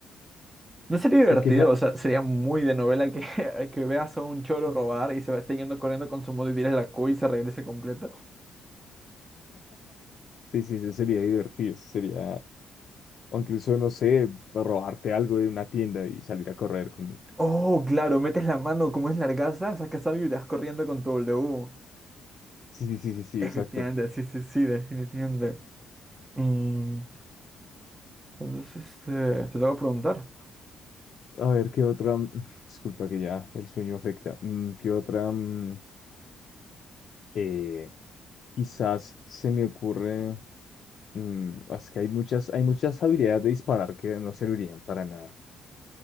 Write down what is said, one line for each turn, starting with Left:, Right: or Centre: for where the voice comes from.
Right: No sería
Left: se
Right: divertido,
Left: queja
Right: o sea, sería muy de novela que, <laughs> que veas a un choro robar y se va esté yendo corriendo con su modo y tires la Q y se regrese completo.
Left: sí, sí, eso sería divertido. eso Sería, o incluso, no sé, robarte algo de una tienda y salir a correr con...
Right: Oh, claro, metes la mano, como es largaza, sacas algo y te vas corriendo con tu W.
Left: Sí, sí, sí, sí, sí,
Right: Efectivamente,
Left: exacto.
Right: sí, sí, sí, definitivamente. Mm, Entonces, este, te tengo que preguntar.
Left: A ver, ¿qué otra? mm, Disculpa que ya el sueño afecta. Mm, ¿Qué otra? mm, eh, quizás se me ocurre, mm, ah, es que hay muchas, hay muchas habilidades de disparar que no servirían para nada.